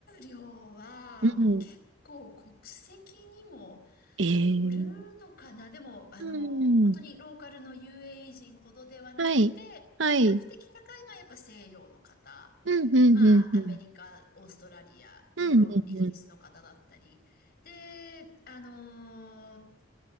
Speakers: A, on the left; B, on the right.
A: 料はもう結構国籍にも
B: うん。ええ
A: 寄るのかなでも、あの、
B: うん。
A: 本当にローカルの UAE 人ほどではなくて、
B: はい。はい。
A: まあ比較的高いのはやっぱ西洋の方。
B: うん、うん、
A: まあ、
B: うん、うん。
A: アメリカ、オーストラリア、
B: うん、
A: ヨーロッパ、
B: うん、
A: イギリスの方だったり。
B: うん。
A: で、あの